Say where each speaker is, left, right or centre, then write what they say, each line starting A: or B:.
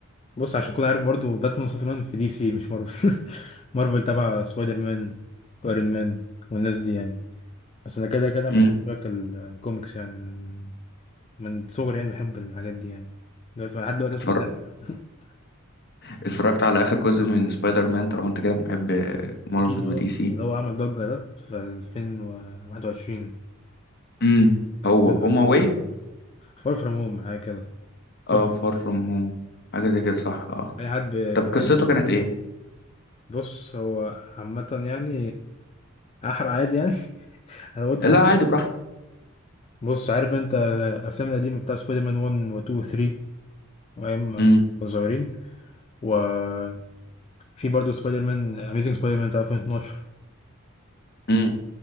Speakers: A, on the left; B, on the left.
A: بص عشان تكون عارف برضو باتمان وسوبرمان في دي سي مش مارفل <laughs> مارفل تبع سبايدر مان وايرون مان والناس دي يعني بس انا كده كده
B: امم
A: من عشاق الكوميكس يعني أنا من من صغري يعني بحب الحاجات دي يعني دلوقتي لحد دلوقتي
B: اتفرج
A: لسه بتابع <laughs>
B: اتفرجت على اخر جزء من سبايدر مان طالما انت كده محب مارفل
A: اكيد اه
B: ودي سي
A: اللي هو عمل ضجة ده في 2021
B: امم
A: كان
B: هو
A: فيلم
B: هوم
A: عامل
B: اواي
A: ضجة اه فار فروم هوم حاجة كده فار
B: اه
A: فروم
B: فار
A: هوم
B: فروم
A: أيوة.
B: هوم حاجة زي كده صح اه
A: اي حد ب-
B: طب قصته
A: كان ب-
B: كانت ايه
A: بص هو عامة يعني احرق عادي يعني <laughs> انا قلت
B: لا
A: هت-
B: عادي براحتك
A: بص عارف انت الافلام القديمة بتاع سبايدر مان 1 و 2 و 3 وايام ما
B: امم
A: كنا صغيرين وفي برضه سبايدر مان اميزنج سبايدر مان بتاع 2012
B: امم